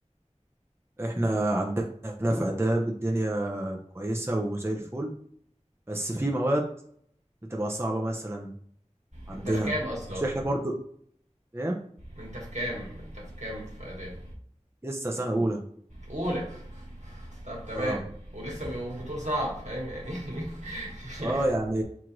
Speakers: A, on the right; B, on the right.
A: احنا عندنا في آداب الدنيا كويسة وزي الفل بس في مواد بتبقى صعبة مثلا عندنا
B: انت في كام اصلا
A: عشان احنا برضو ايه
B: انت في كام انت في كام في آداب
A: لسه سنة أولى
B: اولى طب تمام
A: اه
B: ولسه ب- وبتقول صعب فاهم يعني <laughs>
A: اه يعني